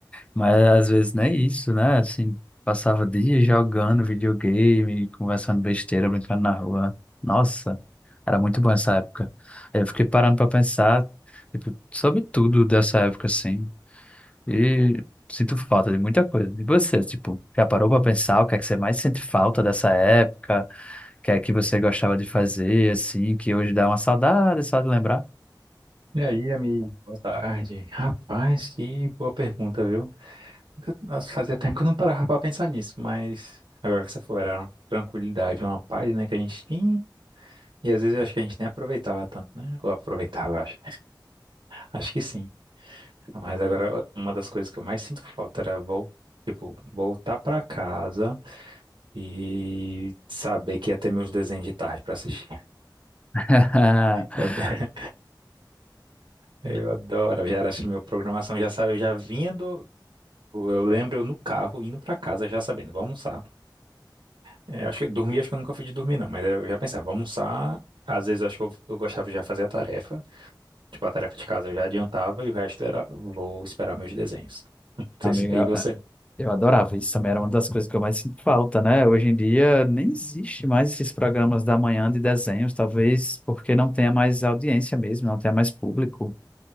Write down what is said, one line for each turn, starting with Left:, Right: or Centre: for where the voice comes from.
Left: Mas às vezes nem isso, né? Assim, passava dias jogando videogame, conversando besteira, brincando na rua. Nossa, era muito bom essa época. Aí Eu fiquei parando pra pensar, tipo, sobre tudo dessa época, assim. E sinto falta de muita coisa. E você, tipo, já parou pra pensar o que é que você mais sente falta dessa época? O que é que você gostava de fazer, assim, que hoje dá uma saudade só de lembrar?
Right: E aí, amigo? Boa tarde. Rapaz, que boa pergunta, viu? Nunca- Nossa, fazia tempo que eu não parava pra pensar nisso, mas agora que você falou, era uma tranquilidade, uma paz, né, que a gente tinha, e às vezes eu acho que a gente nem aproveitava tanto, né? Ou aproveitava, eu acho. Acho que sim. Mas agora, uma das coisas que eu mais sinto falta era vol tipo, voltar pra casa e saber que ia ter meus desenhos de tarde pra assistir.
Left: <laughs>
Right: Eu, <laughs> eu adoro, já era assim, minha programação já saiu, já vinha Eu lembro eu no carro indo pra casa já sabendo, vou almoçar. É, acho que dormir, acho que eu nunca fui de dormir, não, mas eu já pensava, vou almoçar. Às vezes eu acho que eu, eu gostava de já fazer a tarefa, tipo a tarefa de casa eu já adiantava e o resto era vou esperar meus desenhos. <laughs>
Left: Amigo,
Right: Vocês- E você?
Left: Eu adorava isso também, era uma das coisas que eu mais sinto falta, né? Hoje em dia nem existe mais esses programas da manhã de desenhos, talvez porque não tenha mais audiência mesmo, não tenha mais público.